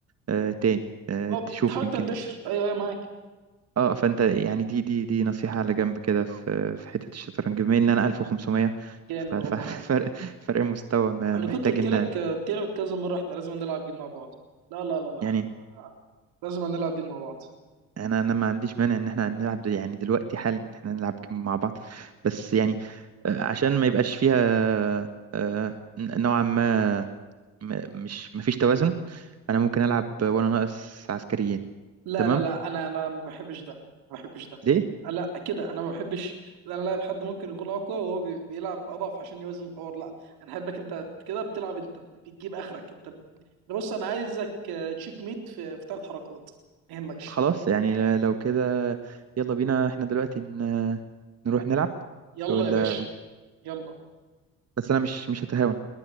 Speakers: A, on the right (about 40°); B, on the right (about 65°).
A: آه، تاني آه،
B: اه
A: تشوف
B: بتحاول
A: يمكن
B: تنتشر ايوه ايوه معاك
A: اه فانت يعني دي دي دي نصيحة على جنب كده في في حتة الشطرنج بما ان انا 1500
B: جامد
A: ففرق
B: والله
A: <laughs> فرق مستوى ما-
B: انا
A: محتاج
B: كنت قلت
A: ان
B: لك قلت لك كذا مره احنا لازم نلعب جيم مع بعض لا لا لا لا
A: يعني
B: احنا لازم نلعب جيم مع بعض
A: انا انا ما عنديش مانع ان احنا نلعب دل- يعني دلوقتي حالا ان احنا نلعب جيم مع بعض بس يعني آه، عشان ما يبقاش فيها آه، ن- نوعا ما م- مش ما فيش توازن انا ممكن العب وانا ناقص عسكريين
B: لا
A: تمام
B: لا لا انا انا ما بحبش ده ما بحبش ده
A: ليه
B: لا كده انا ما بحبش ان انا لاعب حد ممكن يكون اقوى وهو بي- بيلعب اضعف عشان يوازن الحوار لا انا احبك انت كده بتلعب انت بتجيب اخرك انت ب... أنا بص انا عايزك تشيك ميت في في ثلاث حركات ما يهمكش
A: خلاص يعني لو كده يلا بينا احنا دلوقتي ن- نروح نلعب
B: يلا
A: ولا
B: يا باشا يلا
A: بس انا مش مش هتهاون